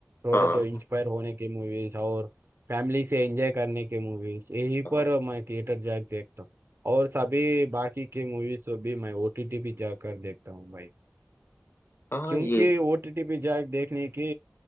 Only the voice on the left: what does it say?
हाँ
हाँ
हाँ
ये